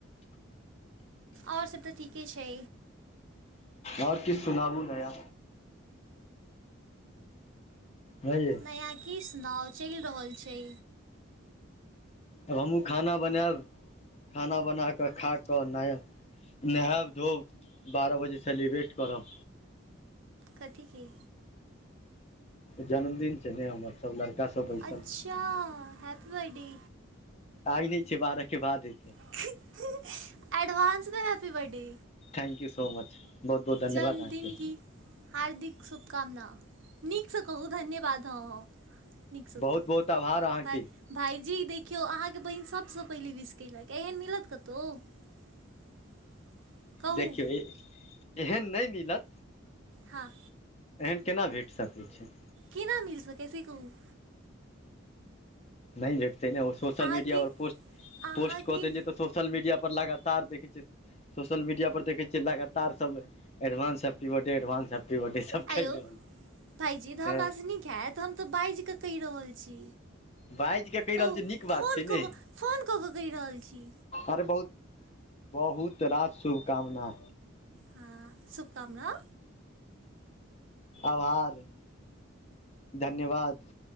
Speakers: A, on the right; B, on the left.
A: आओर सब तऽ ठीके छै
B: आओर किछु सुनाबू नया हयै
A: नया की सुनाउ चलि रहल छै
B: आब हमहूँ खाना बनायब खाना बना कऽ खा कऽ नय नहायब धोऽब बारह बजे सेलिब्रेट करब
A: कथी के
B: जन्मदिन छै ने हमर सब लड़का सब बैसल
A: अच्छा
B: छै
A: हैपी बर्डे
B: आइ नहि छै बारह के बाद हेतै
A: <unintelligible> एडवांस मे happy birthday
B: thank you so much बहुत बहुत धन्यवाद
A: जन्मदिन
B: अहाँके
A: की हार्दिक शुभकामना नीकसँ कहू धन्यवाद हॅं हॅं नीक सऽ
B: बहुत
A: कहू
B: बहुत आभार अहाँके
A: तऽ आइ भाइजी देखियौ अहाँके बहिन सभसँ पहिले विस कयलक एहन मिलत कतहु <inaudible> कहू
B: देखियौ एहन नहि मिलत
A: हाँ
B: एहन केना भेट सकै छै
A: केना मिल सकै छै से कहू
B: नहि भेटतै ने ओ सोशल
A: अहाँके
B: मीडिया पर पोस्ट
A: अहाँके
B: पोस्ट कऽ देलियै तऽ सोशल मीडिया पर लगातार देखै छियै सोशल मीडिया पर देखे छियै लगातार सब advance happy birthday advance birthday सब
A: आँ
B: कहि
A: यौ
B: रहल
A: भाइजी तऽ
B: है
A: हमरास नीक हैत हम तऽ बाजिकऽ कहि रहल छी
B: बाजि कऽ कहि
A: कहू
B: रहल छ नीक बात
A: फोन
B: छै ने
A: कऽ कऽ फोन कऽ कऽ कहि रहल छी
B: अरे बहुत बहुत रास शुभकामना
A: हँ शुभकामना
B: आभार धन्यवाद